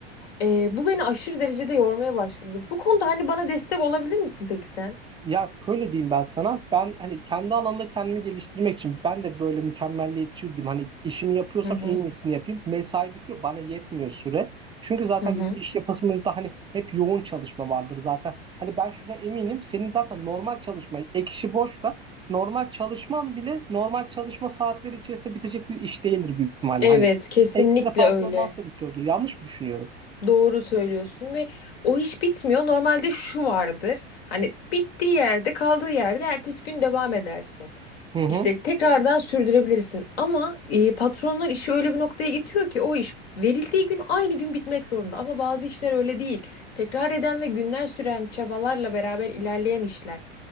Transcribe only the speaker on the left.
E, bu beni aşırı derecede yormaya başladı. Bu konuda hani bana destek olabilir misin peki sen?
Hı hı.
Hı hı.
Evet,
kesinlikle
öyle.
Doğru söylüyorsun ve o iş bitmiyor. Normalde şu vardır. Hani bittiği yerde, kaldığı yerde ertesi gün devam edersin.
İşte tekrardan sürdürebilirsin. Ama e, patronlar işi öyle bir noktaya getiriyor ki o iş verildiği gün aynı gün bitmek zorunda. Ama bazı işler öyle değil. Tekrar eden ve günler süren çabalarla beraber ilerleyen işler.